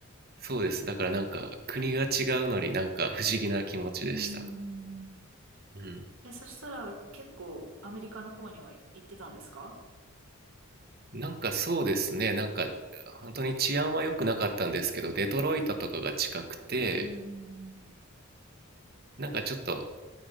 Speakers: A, on the right (about 45°); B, on the right (about 65°).
A: そうです。だからなんか、国が違うのになんか不思議な気持ちでした。
B: うんうんうんうん。
A: うん。
B: え、そしたら結構アメリカの方には行ってたんですか
A: なんかそうですね、なんか、本当に治安は良くなかったんですけど、デトロイトとかが近くて、
B: うんうん
A: なんかちょっと、